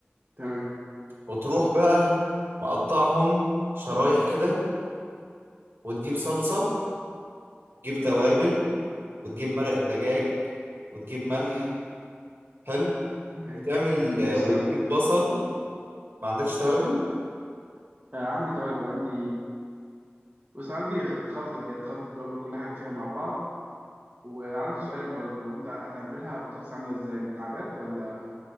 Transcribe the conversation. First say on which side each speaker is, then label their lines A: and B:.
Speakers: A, on the right; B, on the right.
A: تمام
B: وتروح بقى مقطعهم شرايح كده وتجيب صلصة وتجيب
A: امم
B: توابل وتجيب مرق الدجاج وتجيب ملح
A: امم
B: حلو
A: تمام
B: وتعمل
A: ماشي
B: وتجيب
A: تمام
B: بصل ما عندكش توابل
A: آه عندي توابل عندي بص عندي خلطة كده خلطة توابل كل حاجة فيها مع بعض وعندي سؤال برضو هو انت هتعملها بطاطس عاملة ازاي مكعبات ولا